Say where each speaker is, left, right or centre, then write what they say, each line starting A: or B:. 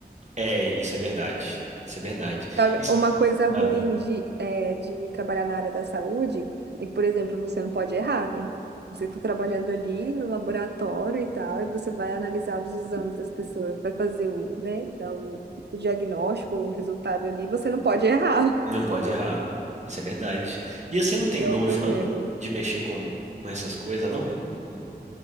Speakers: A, on the right; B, on the right.
A: É, isso é verdade. Isso é verdade.
B: Sabe,
A: Isso-
B: uma coisa ruim
A: Ah,
B: de, é, de trabalhar na área da saúde é que, por exemplo, você não pode errar, né? Você está trabalhando ali no laboratório e tal, e você vai analisar os exames das pessoas, vai fazer o, né, dar o, o diagnóstico, o resultado ali, você não pode errar. <laughs>
A: não pode errar. Isso é verdade. E você
B: Esse
A: não tem
B: É
A: nojo,
B: o problema.
A: não? De mexer com, com essas coisas, não? Hum.